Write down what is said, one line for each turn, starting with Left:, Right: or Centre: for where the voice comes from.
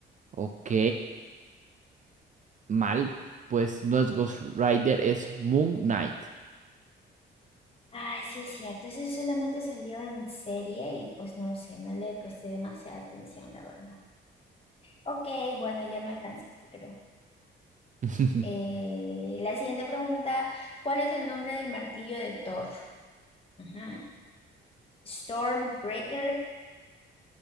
Right: Ok, mal, pues no es Ghost Rider, es Moon Knight.
Left: Ay, sí es cierto, ese solamente salió en serie y pues no lo sé, no le presté demasiada atención, la verdad. Ok, bueno, ya me alcanzaste, creo.
Right: <laughs>
Left: Eh, la siguiente pregunta, ¿cuál es el nombre del martillo de Thor? Ujú. Stormbreaker,